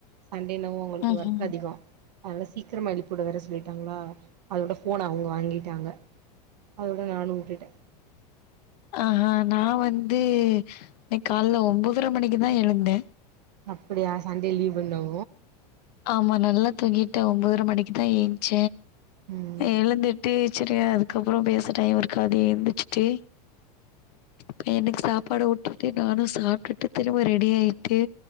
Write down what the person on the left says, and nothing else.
ம்ஹும்
ஆஹ நா வந்து இன்னிக் கால்ல ஒம்பதர மணிக்குதா எழுந்த
ஆமா நல்லா தூங்கிட்ட ஒம்போதர மணிக்குதா ஏஞ்ச
எழுந்திட்டு செரி அதுக்கப்றோ பேச டைம் இருக்காது எந்துச்சுட்டு பையனுக்கு சாப்பாடு ஊட்டிட்டு நானு சாப்டுட்டு போய் ரெடி ஆயிட்டு